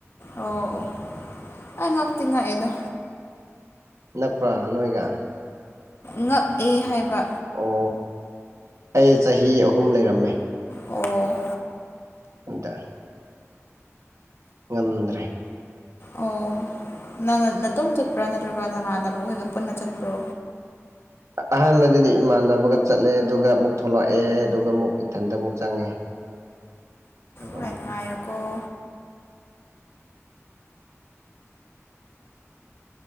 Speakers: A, on the left; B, on the right.
A: ꯑꯧ ꯑꯩ ꯉꯛꯇꯤ ꯉꯛꯑꯦꯗ꯫
B: ꯅꯛꯄ꯭ꯔꯥ ꯅꯣꯢꯒ
A: ꯉꯛꯑꯦ ꯍꯥꯢꯕ
B: ꯑꯣ ꯑꯩ ꯆꯍꯤ ꯑꯍꯨꯝ ꯂꯩꯔꯝꯃꯦ
A: ꯑꯣ
B: ꯎꯇ ꯉꯝꯗ꯭ꯔꯦ
A: ꯑꯣ ꯅꯪ ꯅꯇꯣꯝ ꯆꯠꯄ꯭ꯔꯥ ꯅꯠꯇ꯭ꯔꯒ ꯅꯃꯥꯟꯅꯕ ꯑꯩꯈꯣꯏꯒ ꯄꯨꯟꯅ ꯆꯠꯄ꯭ꯔꯣ
B: ꯑꯍꯥꯟꯕꯗꯗꯤ ꯏꯃꯥꯟꯅꯕꯒ ꯆꯠꯂꯦ ꯑꯗꯨꯒ ꯑꯃꯨꯛ ꯊꯣꯛꯂꯛꯑꯦ ꯑꯗꯨꯒ ꯑꯃꯨꯛ ꯏꯊꯟꯗ ꯑꯃꯨꯛ ꯆꯪꯉꯦ ꯑꯗꯨꯒ
A: ꯉꯥꯏꯑꫭꯀꫭ
B: ꯑꯃꯨꯛ